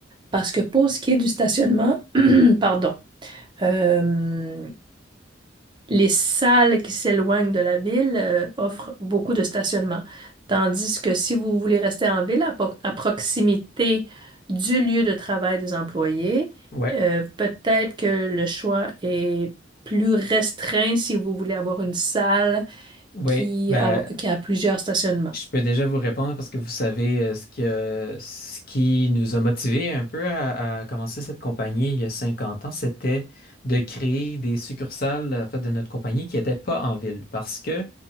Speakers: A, on the right; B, on the left.
A: Parce que pour ce qui est du stationnement, <clears throat> pardon, euh, les salles qui s'éloignent de la ville euh, offrent beaucoup de stationnement. Tandis que si vous voulez rester en ville à, po- à proximité du lieu de travail des employés,
B: ouais,
A: euh, peut-être que le choix est plus restreint si vous voulez avoir une salle
B: ouais,
A: qui
B: ben,
A: a, qui a plusieurs stationnements.
B: je peux déjà vous répondre parce que vous savez euh, ce qui, euh, ce qui nous a motivés un peu à, à commencer cette compagnie il y a 50 ans, c'était de créer des succursales en fait, de notre compagnie qui n'étaient pas en ville parce que